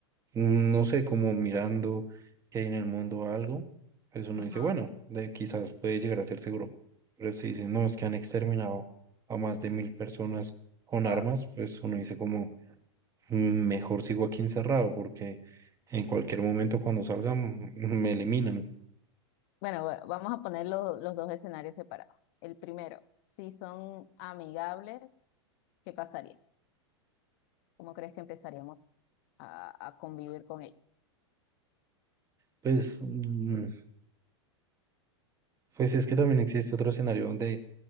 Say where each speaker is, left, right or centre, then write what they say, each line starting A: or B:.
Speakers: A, on the right; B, on the left.
A: mm, no sé, como mirando que hay en el mundo o algo, pues uno
B: Ajá.
A: dice, bueno, de, quizás puede llegar a ser seguro. Pero si dicen, no, es que han exterminado a más de mil personas con
B: Wow.
A: armas, pues uno dice como, "Mm, mejor sigo aquí encerrado porque en cualquier momento cuando salgan mm, me eliminan.
B: Bueno, va- vamos a poner lo- los dos escenarios separados. El primero, si son amigables, ¿qué pasaría? ¿Cómo crees que empezaríamos a, a convivir con ellos?
A: Pues, mm, pues es que también existe otro escenario donde